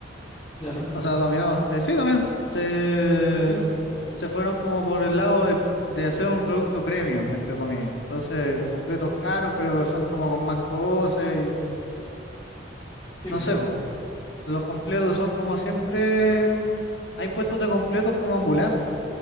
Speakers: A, on the left; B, on the left.
A: Claro,
B: o sea, Dominó, eh, sí, Dominó, se,
A: también no.
B: se fueron como por el lado de, de hacer un producto premium, entre comillas. Entonces, completos caros, pero son como con más cosas y
A: Sí,
B: no
A: pues,
B: sé, po. Los completos son como siempre, hay puestos de completos como ambulantes.